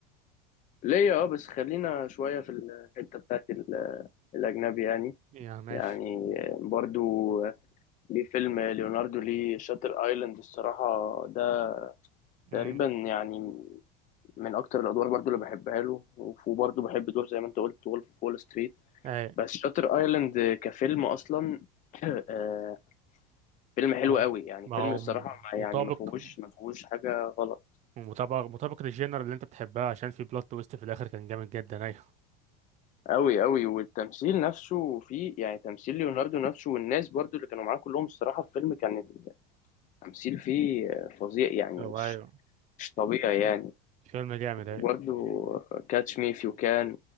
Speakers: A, on the left (about 40°); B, on the right (about 35°).
A: ليا اه بس خلينا شوية في الحتة بتاعت ال- الأجنبي يعني
B: يا ماشي
A: يعني آه، برضو ليه فيلم ليوناردو ليه شاتر ايلاند الصراحة ده تقريبا
B: امم
A: يعني من اكتر الادوار برضو اللي بحبها له وف- وبرضو بحب دور زي ما انت قلت وولف اوف وول ستريت
B: اي
A: بس شاتر ايلاند كفيلم اصلا <clears throat> آه، فيلم حلو
B: ما هو
A: قوي يعني
B: ما
A: فيلم
B: هو
A: الصراحة ما-
B: مطابق
A: يعني ما فيهوش ما فيهوش حاجة غلط
B: مطابق مطابق للجينر اللي انت بتحبها عشان في بلوت تويست في الاخر كان جامد جدا ايوه
A: قوي قوي والتمثيل نفسه فيه يعني تمثيل ليوناردو نفسه والناس برضو اللي كانوا معاه كلهم الصراحة في الفيلم كان التمثيل فيه آه، فظيع يعني
B: ايوه
A: مش
B: ايوه
A: مش طبيعي يعني
B: فيلم جامد ايوه
A: وبرده كاتش مي إف يو كان